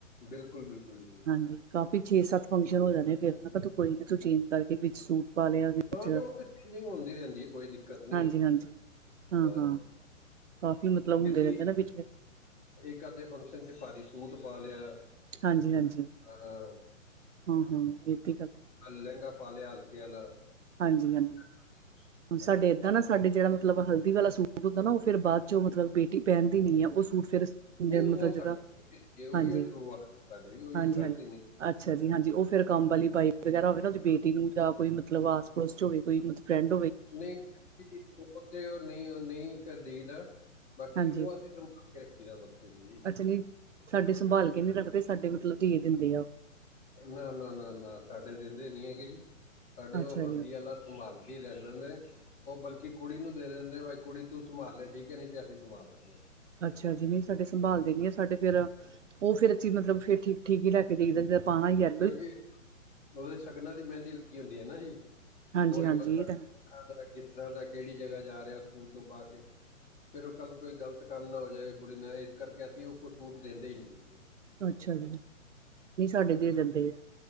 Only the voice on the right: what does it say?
ਹਾਂਜੀ ਕਾਫੀ ਛੇ ਸੱਤ ਫੰਕਸ਼ਨ ਹੋ ਜਾਣੇ, ਫੇਰ ਨਾ ਕਿਹਾ ਤੂੰ ਕੋਈ ਨਾ ਤੂੰ ਚੇਂਜ ਕਰਕੇ ਵਿੱਚ ਸੂਟ ਪਾ ਲਿਆ। ਵਿੱਚ
ਹਾਂਜੀ ਹਾਂਜੀ ਹਾਂ
ਹਾਂ ਕਾਫੀ ਮਤਲਬ ਹੁੰਦੇ
ਰਹਿੰਦੇ ਨਾ ਵਿੱਚ ਫ
ਹਾਂਜੀ ਹਾਂਜੀ
ਹਮ ਹਮ ਇਹਥੇ ਕ
ਹਾਂਜੀ ਹਾਂਜੀ
ਹੁਣ ਸਾਡੇ ਇਏਦਾਂ ਨਾ ਸਾਡੇ ਜਿਹੜਾ ਮਤਲਬ ਹਲਦੀ ਵਾਲਾ ਸੂਟ ਹੁੰਦਾ ਨਾ ਉਹ ਫਿਰਰ ਬਾਅਦ ਚੋਂ ਮਤਲਬ ਬੇਟੀ ਪਹਿਨਦੀ ਨੀ ਆ ਉਹ ਸੂਟ ਫਿਰ ਮਤਲਬ
ਜਿੱਦਾਂ
ਹਾਂਜੀ,
ਹਾਂਜੀ-ਹਾਂਜੀ।
ਅੱਛਾ ਜੀ ਹਾਂਜੀ ਉਹ ਫੇਿਰ ਕੰਮ ਵਾਲੀ ਬਾਈ ਵਗੈਰਾ ਹੋਵੇ ਨਾ ਉਹਦੀ ਬੇਟੀ ਨੂੰ ਜਾਂ ਕੋਈ ਮਤਲਬ ਆਸ ਪੜੋਸ ਚ ਹੋਵੇ ਕੋਈ ਮਤਲਬ ਫੈਂਡ
ਹਾਂਜੀ,
ਅੱਛਾ ਨਹੀਂ ਸਾਡੇ ਸੰਭਾਲ ਕੇ ਨੀ ਰੱਖਦੇ ਸਾਡੇ ਮਤਲਬ ਦਿੰਦੇ ਆ।
ਅੱਛਾ ਜੀ,
ਅੱਛਾ ਜਿਵੇ ਸਾਡੇ ਸੰਭਾਲਦੇ ਨੀ ਆ ਸਾਡੇ ਫੇਿਰ ਉਹ ਫੇਿਰਸੀਂਤਲਬ ਫੇ ਠੀਕ ਠੀਕ ਲਕੇ ਦੇਈਦਾ ਜਿੱਦ ਪਾਣਾ ਹੀ ਹੈ
ਹਾਂਜੀ-ਹਾਂਜੀ
ਇਹ ਤਾਂ
ਹੈ।
ਅੱਛਾ ਜੀ ਨਹੀਂ ਸਾਡੇ ਦੇ ਜਾਂਦੇ ਹੈ